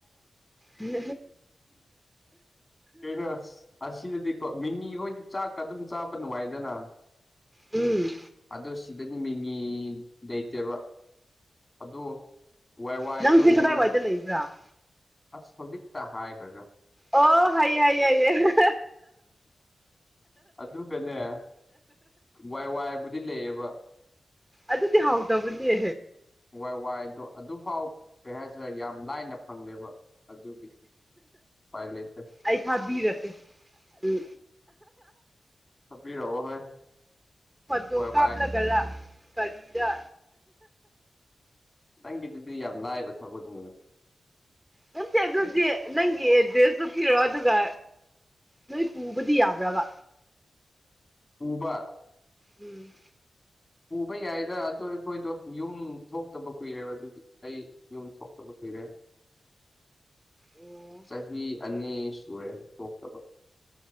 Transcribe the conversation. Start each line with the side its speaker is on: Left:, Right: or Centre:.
Centre: ꯎꯝ
Left: ꯀꯩꯅ ꯑꯁꯤꯗꯗꯤꯀꯣ ꯃꯤꯅꯤ ꯍꯈꯣꯏꯗꯤ ꯆꯥꯛꯀ ꯑꯗꯨꯝ ꯆꯥꯕ ꯅꯨꯡꯉꯥꯏꯗꯅ
Centre: ꯎꯝ
Left: ꯑꯗꯣ ꯁꯤꯗ ꯅꯨꯃꯤꯅꯤ ꯂꯩꯇꯦꯕ ꯑꯗꯣ ꯋꯥ ꯋꯥꯏꯗꯣ
Centre: ꯅꯪꯁꯦ ꯀꯗꯥꯏꯋꯥꯏꯗ
Left: ꯌꯟ
Centre: ꯂꯩꯕ꯭ꯔꯥ
Left: ꯑ ꯁꯗꯤ ꯇꯥ ꯍꯥꯏ ꯍꯣꯏꯔꯣ
Centre: ꯑꯣ ꯍꯥꯏꯌꯦꯌꯦ ꯍꯥꯏꯌꯦꯌꯦ ꯍꯥꯏꯌꯦ
Left: ꯑꯗꯨꯒꯅꯦ ꯋꯥꯏ ꯋꯥꯏꯕꯨꯗꯤ ꯂꯩꯌꯦꯕ
Centre: ꯑꯗꯨꯗꯤ ꯍꯥꯎꯗꯕꯅꯤ
Left: ꯋꯥꯏ ꯋꯥꯏꯗꯣ ꯑꯗꯨꯐꯥꯎ ꯀꯩ ꯍꯥꯏꯁꯤꯔꯦ ꯌꯥꯝ ꯂꯥꯏꯅ ꯐꯪꯗꯦꯕ ꯑꯗꯨꯒꯤ ꯎꯄꯥꯏ ꯂꯩꯇꯦ
Centre: ꯑꯩ ꯊꯥꯕꯤꯔꯀꯦ ꯎ
Left: ꯍꯥꯕꯤꯔꯔꯕ ꯍꯣꯏ
Centre: ꯐꯠꯇꯣ
Left: ꯍꯣꯏ
Centre: ꯀꯥꯞꯂꯒꯔ
Left: ꯋꯥꯏ
Centre: ꯀꯔꯤꯔ
Left: ꯅꯪꯒꯤꯗꯨꯗꯤ ꯌꯥꯝ ꯂꯥꯏꯕ ꯊꯒꯜꯅꯤꯡꯗ
Centre: ꯅꯪꯁꯦ ꯑꯗꯨꯗꯤ ꯅꯪꯒꯤ ꯑꯦꯗ꯭ꯔꯦꯁꯇ ꯄꯤꯔꯣ ꯑꯗꯨꯒ ꯅꯣꯏ ꯄꯨꯕꯗꯤ ꯌꯥꯕ꯭ꯔꯕ
Left: ꯎꯕ
Centre: ꯎꯝ
Left: ꯎꯕ ꯌꯥꯏꯗ ꯑꯗꯣ ꯑꯩꯈꯣꯏꯗꯣ ꯌꯨꯝ ꯊꯣꯛꯇꯕ ꯀꯨꯏꯔꯦꯕ ꯑꯗꯨꯗꯤ ꯑꯩ ꯌꯨꯝ ꯊꯣꯛꯇꯕ ꯀꯨꯏꯔꯦ
Centre: ꯑꯣ
Left: ꯆꯍꯤ ꯑꯅꯤ ꯁꯨꯔꯦ ꯊꯣꯛꯇꯕ